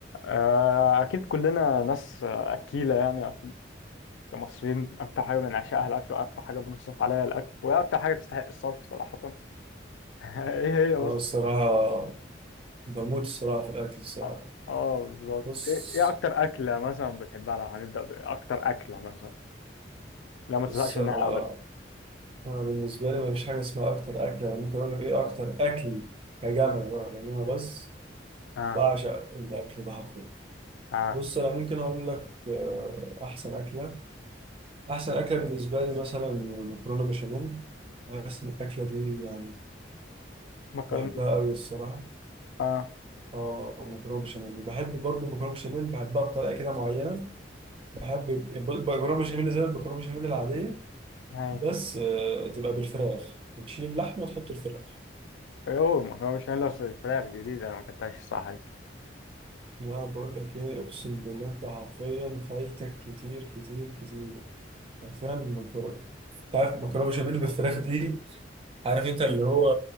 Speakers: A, on the left; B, on the right.
A: آه، أكيد كلنا ناس آه، أكيلة يعني كمصريين أكتر حاجة بنعشقها الأكل وأكتر حاجة بنصرف عليها الأكل وهي أكتر حاجة تستحق الصرف صراحة <laughs> إيه هي مثلا
B: أنا الصراحة
A: يعني؟
B: بموت الصراحة في الأكل الصراحة
A: آه آه، بالظبط
B: بص
A: إيه إيه أكتر أكلة مثلا بتحبها لو هنبدأ بأكتر أكلة مثلا لا ما
B: بص
A: تزهقش منها
B: أنا
A: أبدا
B: أنا بالنسبة لي مفيش حاجة اسمها أكتر أكل أنا ممكن أقول لك إيه أكتر أكل كجمع بقى لأن أنا بس
A: آه
B: بعشق الأكل ده حرفيا
A: آه
B: بص أنا ممكن أقول لك آه، أحسن أكلة أحسن أكلة بالنسبة لي مثلا مكرونة بشاميل بحس إن الأكلة دي يعني
A: مكرونة
B: بحبها أوي الصراحة
A: آه
B: اه مكرونه بشاميل وبحب برضه المكرونه بشاميل بحبها بطريقه كده معينه بحب الب- المكرونه بشاميل زي المكرونه بشاميل العاديه
A: هاي
B: بس آه، تبقى بالفراخ وتشيل اللحمة تحط الفراخ
A: أيوه مكرونة بشاميل بس فراخ جديدة أنا ما أكلتهاش الصراحة دي
B: لا بقول لك ايه اقسم بالله انت حرفيا فايتك كتير كتير كتير حرفيا مكرونة عارف مكرونة بشاميل بالفراخ دي عارف انت اللي هو